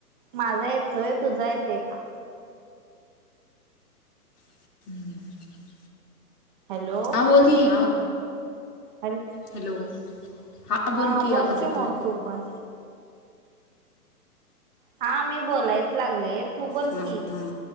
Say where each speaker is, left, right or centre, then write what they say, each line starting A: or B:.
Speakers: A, on the right (about 35°); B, on the left (about 80°).
A: माझा येतोय तुझा येतय का?
B: <unintelligible>
A: हॅलो
B: हा <unintelligible>
A: हॅल
B: हॅलो हां बोल
A: हा
B: की
A: बोलकी
B: आवाज येतोय
A: मग तू पण हा मी बोलायच लागलेत तु बोलकी
B: हां हां